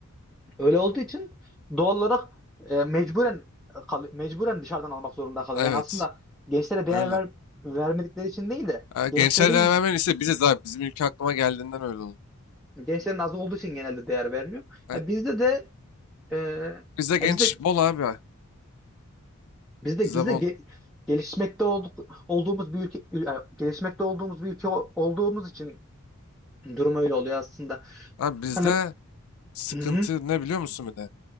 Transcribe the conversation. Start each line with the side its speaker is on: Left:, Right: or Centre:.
Centre: Öyle olduğu için doğal olarak e, mecburen kal- mecburen dışarıdan almak zorunda kalıyor.
Left: Evet.
Centre: Yani aslında gençlere değer
Left: Öyle.
Centre: ver- vermedikleri için değil de
Left: Ha, Gençler
Centre: gençlerin
Left: değer vermeyen ise biziz abi. Bizim ülke aklıma geldiğinden öyle oldu.
Centre: gençlerin az olduğu için genelde değer vermiyor.
Left: Ha,
Centre: Ya bizde de e,
Left: Bizde genç
Centre: ya bizde
Left: bol abi.
Centre: bizde
Left: Bizde
Centre: bizde
Left: bol.
Centre: ge- gelişmekte olduk, olduğumuz bir ülke yani gelişmekte olduğumuz bir ülke o- olduğumuz için durum öyle oluyor aslında.
Left: Abi bizde
Centre: Hani
Left: sıkıntı
Centre: <clears throat>
Left: ne biliyor musun bir de?